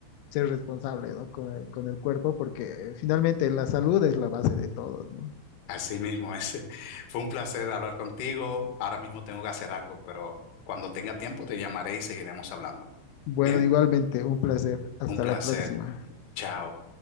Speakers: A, on the left; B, on the left.
A: ser responsable, ¿no? con el, con el cuerpo, porque finalmente la salud es la base de todo, ¿no?
B: Así mismo es. <laughs> Fue un placer hablar contigo. Ahora mismo tengo que hacer algo, pero cuando tenga tiempo te llamaré y seguiremos hablando.
A: Bueno,
B: Bien,
A: igualmente, un placer. Hasta
B: un placer.
A: la próxima.
B: Chao.